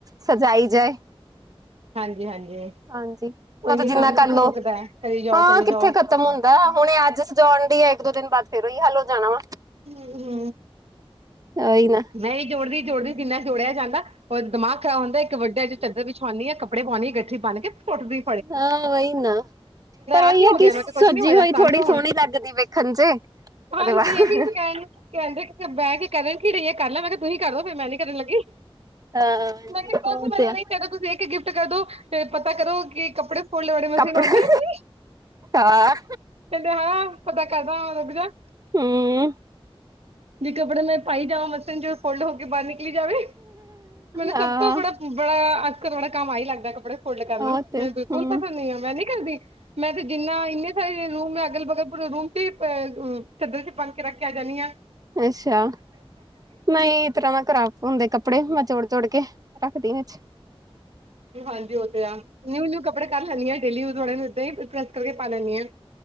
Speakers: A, on the right (about 40°); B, on the right (about 85°).
A: ਸਜਾਈ ਜਾਏ।
B: ਹਾਂਜੀ ਹਾਂਜੀ
A: ਹਾਂਜੀ,
B: ਕੋਈ
A: ਓ
B: ਨੀ
A: ਜਿੰਨਾ
B: ਕੰਮ ਕਿੱਥੇ
A: ਕਰਲੋ।
B: ਮੁੱਕਦਾ ਹੈ ਕਰੀ ਜਾਓ
A: ਹਾਂ
B: ਕਰੀ
A: ਕਿੱਥੇ
B: ਜਾਓ
A: ਕ ਖਤਮ ਹੁੰਦੈ, ਹੁਣੇ ਅੱਜ ਸਜਾਉਣ ਦੀ ਆ ਇੱਕ ਦੋ ਦਿਨ ਬਾਅਦ ਫੇਿਰ ਉਈ ਹੱਲ ਹੋ ਜਾਣਾ ਵਾ।
B: ਹੁੰ-ਹੁੰ
A: ਓਈ ਨਾ
B: ਮੈਂ ਵੀ ਜੋੜਦੀ-ਜੋੜਦੀ, ਕਿੰਨਾ ਜੋੜਿਆ ਜਾਂਦਾ ਓਹ ਦਮਾਗ਼ ਖ਼ਰਾਬ ਹੁੰਦੈ, ਇੱਕ ਵੱਡਾ ਜਾ ਚੱਦਰ ਵਿਛਵਾਨੀ ਹਾਂ ਕੱਪੜੇ ਪਵਾਨੀ ਹਾਂ ਗਠਰੀ ਬੰਨ ਕੇ ਸੁਟ ਤੀ
A: ਹਾਂ, ਵਈ ਨਾ। ਪਰ ਓਹੀ
B: ਆਹ ਕੀ
A: ਹੈ
B: ਹੋ
A: ਕਿ
B: ਗਿਆ ਮੈਂ
A: ਸੱਜੀ
B: ਕਿਹਾ ਕੁਛ ਨੀ ਹੋਇਆ
A: ਹੋਈ
B: ਸ਼ਾਂਤ
A: ਥੋੜ੍ਹੀ
B: ਰਹੋ ਹੁਣ
A: ਸੋਹਣੀ ਲੱਗਦੀ ਵੇਖਣ ਚ
B: ਹਾਂਜੀ,
A: ਉਹਦੇ ਬਾਅਦ
B: ਏਹ ਵੀ ਕਹਿਣ ਕਹਿੰਦੇ ਇੱਥੇ ਬਹਿ ਕੇ ਕਰਨ ਕੀ ਰਹੀਏ ਕਰ ਲੈ, ਮੈਂ ਕ ਤੁਸੀਂ ਕਰਦੋ ਫਿਰ ਮੈਂ ਨੀ ਕਰਨ ਲੱਗੀ।
A: ਹਾਂ
B: ਮੈਂ ਕਿਹਾ ਕੁਛ
A: ਉਹ
B: ਮੈਨੂੰ
A: ਤੇ ਆ
B: ਨਹੀਂ ਕਹਿੰਦੇ, ਤੁਸੀਂ ਇੱਕ ਗਿਫਟ ਕਰਦੋ ਤੇ ਪਤਾ ਕਰੋ ਕੀ ਕੱਪੜੇ ਫੋਲਣ ਵਾਲੀ
A: ਕੱਪੜਾ
B: ਮਸ਼ੀਨ ਹੋਂਦੀ ਏ ਕੀ।
A: ਹਾਂ।
B: ਕੇਂਦੇ ਹਾਂ ਪਤਾ ਕਰਦਾ ਰੁਕ ਜਾ।
A: ਹੂੰ।
B: ਜੇ ਕਪੜੇ ਮੈਂ ਪਾਈ ਜਾਵਾਂ ਮਸ਼ੀਨ ਚ ਫੋਲਡ ਹੋ ਕੇ ਬਾਰ ਨਿਕਲੀ ਜਾਵੇ, ਮੈਨੂੰ
A: ਹਾਂ
B: ਸਭ ਤੋਂ ਬੜਾ ਬੜਾ ਆਕਰ ਵਾਲਾ ਕੰਮ ਆਈ ਲੱਗਦਾ ਕੱਪੜੇ ਫੋਲਡ ਕਰਨਾ
A: ਉਹ ਤੇ
B: ਮੈਂ
A: ਹਮ
B: ਬਿਲਕੁਲ ਪਸੰਦ ਨੀ ਐ ਮੈਂ ਨੀ ਕਰਦੀ। ਮੈਂ ਤੇ ਜਿੰਨਾ ਇਨੇ ਸਾਰੇ ਰੂਮ ਅਗਲ-ਬਗਲ ਰੂਮ ਚਾਦਰ ਚ ਬਣ ਕੇ ਰੱਖ ਕੇ ਆ ਜਾਨੀ ਆ।
A: ਅੱਛਾ ਨਈ ਤਰਾ ਮੈਂ ਖਰਾਬ ਹੁੰਦੇ ਕੱਪੜੇ ਮੈਂ ਜੋੜ-ਜੋੜ ਕੇ ਰੱਖਦੀ ਵਿਚ।
B: ਹਾਂਜੀ ਉਹ ਤੇ ਆ ਨਿਊ-ਨਿਊ ਕੱਪੜੇ ਕਰ ਲੈਦੀ ਆ ਡੇਲੀੇ ਯੂਜ ਵਾਲੇ ਨੂੰ ਏਦਾਂ ਈ ਪ੍ਰੈਸ ਕਰਕੇ ਪਾ ਲੈਨੀ ਆ।